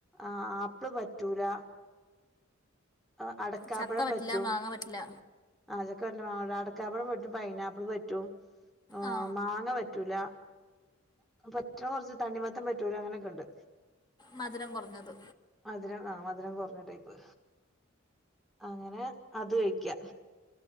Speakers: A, in the centre; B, on the left.
A: ആഹ് ആപ്പിള് പറ്റൂല ആഹ് അടക്കാപ്പഴം
B: ചക്ക പറ്റില്ല
A: പറ്റും
B: മാങ്ങ പറ്റില്ല
A: <unintelligible> അടക്കാപ്പഴം പറ്റും പൈനാപ്പിള് പറ്റും ആഹ്
B: ആ
A: മാങ്ങ പറ്റൂല പറ്റണ കൊറച്ച് തണ്ണിമത്തൻ പറ്റൂല അങ്ങനെക്ക്‌ണ്ട്
B: മധുരം കൊറഞ്ഞത്
A: മധുരം ആഹ് മധുരം കൊറഞ്ഞ ടൈപ്പ് അങ്ങനെ അത് കഴിക്കാം